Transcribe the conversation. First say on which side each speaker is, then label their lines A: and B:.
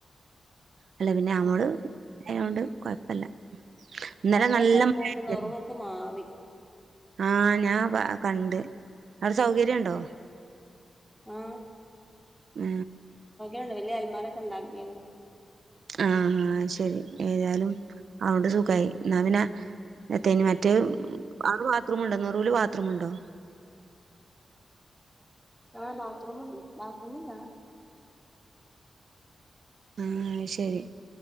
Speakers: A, on the right; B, in the centre.
A: അല്ല പിന്നെ അമ്മള്
B: അതാണ്
A: ആയോണ്ട് കുഴപ്പില്ല ഇന്നലെ
B: ഞങ്ങളിപ്പോ
A: നല്ല മഴ
B: റൂമ്
A: <unintelligible>
B: നെറൂക്ക് മാറി
A: ആ ഞാ കണ്ട് അവിടെ സൗകര്യം ണ്ടോ
B: അ
A: ഉം
B: <unintelligible> അലമാര ഒക്കെ ഇണ്ടാക്കിണ്
A: ആ ആ ശരി ഏതാലും അ കൊണ്ട് സുഖമായി എന്നാ പിന്നെ <unintelligible> <unintelligible> <unintelligible> <unintelligible> നറൂല് ബാത്റൂം ഉണ്ടോ
B: ആ ബാത്റൂമ ഉണ്ട് ബാത്റൂമല്ല
A: ആഹ ശരി